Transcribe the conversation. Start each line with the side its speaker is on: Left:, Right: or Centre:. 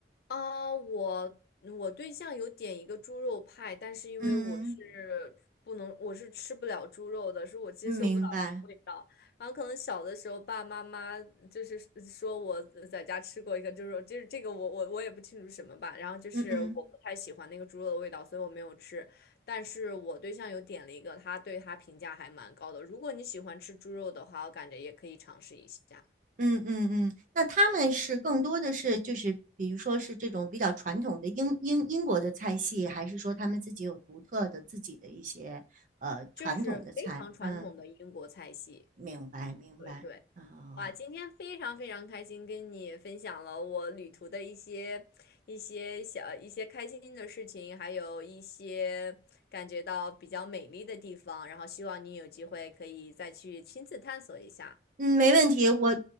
Left: 啊，我我对象有点一个猪肉派，但是因为我是不能，
Right: 嗯，
Left: 我是吃不了猪肉的，是我接受不了那个味道。
Right: 明白，
Left: 然后可能小的时候，爸爸妈妈就是说我在家吃过一个猪肉，就是这个我我我也不清楚是什么吧。然后就是我不太喜欢那个猪肉的味道，
Right: 嗯嗯。
Left: 所以我没有吃。但是我对象有点了一个，他对他评价还蛮高的。如果你喜欢吃猪肉的话，我感觉也可以尝试一下，
Right: 嗯嗯嗯，那他们是更多的是就是比如说是这种比较传统的英英英国的菜系，还是说他们自己有独特的自己的一些呃传统的菜？
Left: 就是非常传统的英国菜系。
Right: 嗯，明白明白。
Left: 对对，
Right: 哦，
Left: 哇，今天非常非常开心跟你分享了我旅途的一些一些小一些开心的事情，还有一些感觉到比较美丽的地方，然后希望你有机会可以再去亲自探索一下。
Right: 嗯，没问题，我